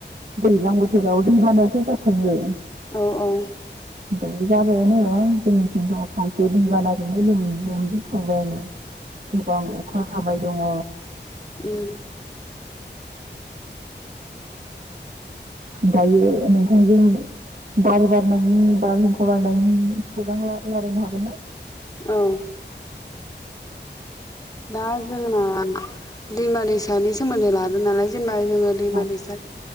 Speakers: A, on the right (about 50°); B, on the left (about 20°).
A: दैज्लां बोथोराव दै बानायाथ' जाखायो
B: औ औ
A: ओमफ्राय जाबायानो जोंनि थिंथ खावसे दै बानाजोंनो ल लोमजोबखांबायानो गोबां अखा हाबाय दङ
B: उम
A: दायो नोंथांजों बार बार नायनि बारहुंखा हगारनायनि खौरां रायलायनो हागोन ना
B: औ दा जोंना दैमा दैसा सानि सोमोन्दै लादों नालाय जेनेबा जोङो दैमा
A: औ
B: दैसा